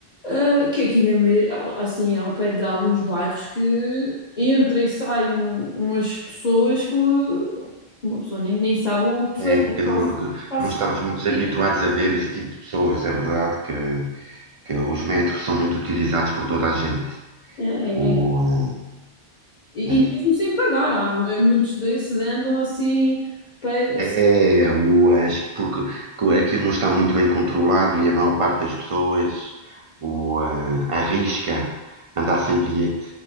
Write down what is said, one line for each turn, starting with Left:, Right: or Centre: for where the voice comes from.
Left: Ah, que aquilo é meio, assim, ao pé de alguns bairros que entra e sai um- umas pessoas que uma pessoa nem, nem sabe o que fazer,
Right: É, que não,
Left: ou se
Right: que
Left: quase
Right: não estamos
Left: se
Right: muito
Left: tira.
Right: habituados a ver esse tipo de pessoas. É verdade que, que os metros são muito utilizados por toda a gente.
Left: É, é.
Right: O,
Left: é. E,
Right: ah,
Left: e mesmo sem pagar, há muitos desses andam assim, pé-
Right: é,
Left: assim,
Right: o, as- porque que aquilo não está muito bem controlado e a maior parte das pessoas o, ah, arrisca andar sem bilhete.